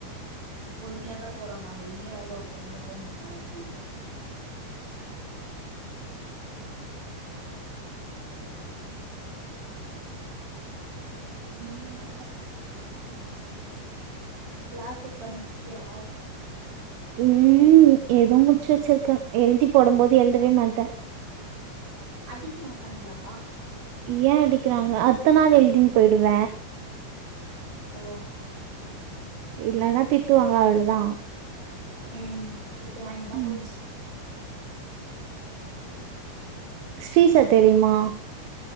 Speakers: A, on the right (about 45°); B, on the right (about 85°).
A: பொறுமையாதா போறோ நாங்க இன்னியூ எவ்ளோ பொறுமையா போ முடியு அப்டின்னு
B: மூணு நா
A: கிளாஸ்ஸு கிளம்ஷ்டியா
B: ம் ஏதே முட்ச்சு வெச்சிருக்க எழுதி போடும் போது எழுதவே மாட்ட
A: அடிக் மாட்டாங்களா
B: ஏ அடிக்கறாங்க அத்த நாள் எழுதின்னு போயிடுவ
A: ஓ
B: இல்லன்னா திட்டுவாங்க அவ்ளோதா
A: ம் திட்டு வாங்கின
B: ம்
A: போச்சு
B: ஸ்ரீஷா தெரியுமா